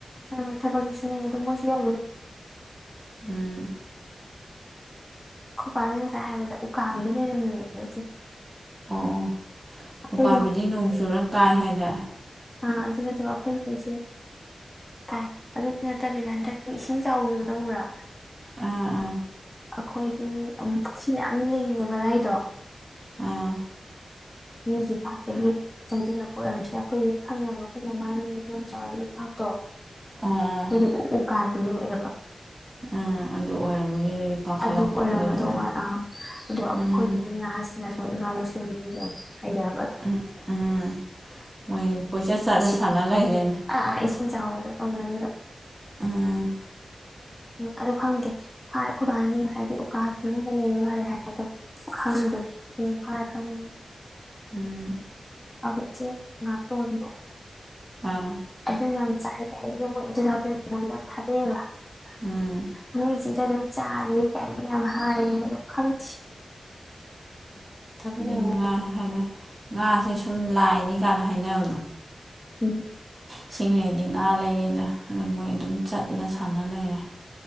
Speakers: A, on the left; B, on the right.
A: ꯃꯥꯏ ꯃꯥꯏ ꯊꯕꯛ ꯁꯨꯅꯩ ꯑꯗꯨꯝ ꯃꯣꯏꯁꯨ ꯌꯥ
B: ꯎꯝ
A: ꯈꯨꯄꯥꯅ ꯉꯁꯥꯏ ꯍꯥꯏꯕꯗ ꯎꯀꯥꯕꯤꯒ ꯂꯩꯔꯝꯃꯤ ꯑꯩꯁꯦ
B: ꯑꯣ
A: ꯑꯩꯈꯣꯏꯗꯣ
B: ꯎꯀꯥꯕꯤꯗꯤ ꯅꯣꯡ ꯆꯨꯔ ꯀꯥꯏ ꯍꯥꯏꯗ
A: ꯑ ꯑꯗꯨ ꯅꯠꯇꯕ ꯑꯩꯈꯣꯏ ꯑꯁꯤ ꯇꯥꯏ ꯑꯗꯨ ꯅꯠꯇꯕꯤꯗ ꯍꯟꯗꯛꯀꯤ ꯏꯁꯤꯡ ꯆꯥꯎꯈꯤꯕꯗꯣ ꯃꯨꯔꯥ
B: ꯑ
A: ꯑꯩꯈꯣꯏꯒꯤ ꯄꯨꯈ꯭ꯔꯤ ꯃꯌꯥꯝ ꯂꯩꯅꯦꯕꯗꯥꯥꯏꯗꯣ
B: ꯑꯥ
A: ꯃꯤꯒꯤ ꯄꯥꯠꯇꯒꯤ ꯆꯪꯁꯤꯜꯂꯛꯄ ꯑꯣꯏꯔꯝꯗ꯭ꯔꯦ ꯑꯩꯈꯣꯏ ꯍꯦꯛ ꯊꯪꯅꯕ ꯑꯩꯈꯣꯏ ꯃꯃꯥꯡꯒꯤ ꯏꯗꯣꯝꯆꯥ ꯍꯣꯏꯒꯤ ꯐꯥꯠꯇꯣ
B: ꯑꯥ ꯑꯣ ꯑꯣ
A: ꯑꯗꯨ ꯎꯀꯥꯕꯤ ꯌꯣꯛꯑꯦꯕ
B: ꯑ ꯑꯗꯨ ꯑꯣꯏꯔꯝꯃꯅꯤ ꯀꯥꯈꯠꯂꯛꯄ
A: ꯑꯗꯨ ꯑꯣꯏꯔꯝꯒꯗꯧ
B: ꯃꯣꯏꯒꯤꯗꯨꯗꯤ
A: ꯃꯥꯂꯦ ꯑꯥ ꯑꯗꯣ ꯑꯩꯈꯣꯏꯒꯤ
B: ꯎꯝ
A: ꯃꯤ ꯉꯍꯥꯁꯤꯡꯅꯁꯨ ꯁ ꯏꯅꯥꯎꯁꯤꯡꯖ ꯍꯩꯗꯕ
B: ꯎꯝ ꯎꯝ ꯃꯣꯏ ꯀꯣꯏꯆꯠ ꯆꯠꯂ
A: ꯏꯁꯤꯡ
B: ꯁꯥꯟꯅ ꯂꯩꯔꯦ
A: ꯑꯥ ꯑꯥ ꯏꯁꯤꯡ ꯆꯥꯎꯕꯗ ꯇꯧꯅꯔꯤꯕ
B: ꯎꯝ
A: ꯎꯝ ꯑꯗꯨ ꯈꯪꯗꯦ ꯐꯥꯏ ꯑꯩꯈꯣꯏꯕꯥꯅꯗꯤ ꯉꯁꯥꯏꯗꯒꯤ ꯎꯀꯥꯒꯤ ꯃꯅꯨꯡꯗ ꯂꯩꯕ ꯃꯥꯜꯂꯦ ꯍꯥꯏ ꯑꯗꯣ ꯈꯪꯗꯦ ꯃꯤꯟ ꯐꯔꯥ ꯈꯪꯉꯤꯅꯦ
B: ꯎꯝ
A: ꯑꯁꯦ ꯉꯥꯇꯣꯟꯗꯣ
B: ꯑꯥ
A: ꯑꯗꯨ ꯌꯥꯝ ꯆꯥꯏ ꯀꯥꯏ ꯍꯥꯏꯅꯤ ꯃꯣꯏ ꯏꯟꯇꯖꯥ ꯃꯣꯏꯗ ꯌꯥꯝ ꯊꯥꯗꯩꯌꯦꯕ
B: ꯎꯝ
A: ꯃꯣꯏ ꯆꯗ ꯑꯗꯨ ꯆꯥ ꯀꯅꯤ ꯌꯥꯝ ꯍꯥꯏ ꯂ ꯈꯝ ꯊ
B: ꯑꯗꯨ
A: ꯂꯩꯔꯝꯃꯣꯏ
B: ꯉꯥ ꯉꯥꯁꯦ ꯁꯨꯝ ꯂꯥꯏꯅꯤ ꯀꯥꯏꯅ ꯍꯥꯏꯅꯕꯅꯣ
A: ꯎꯝ
B: ꯏꯁꯤꯡ ꯂꯩꯗꯤ ꯉꯥ ꯂꯩꯔꯒ ꯑꯗꯨ ꯃꯣꯏ ꯑꯗꯨꯝ ꯆꯠꯂ ꯁꯥꯟꯅ ꯂꯩꯔꯦ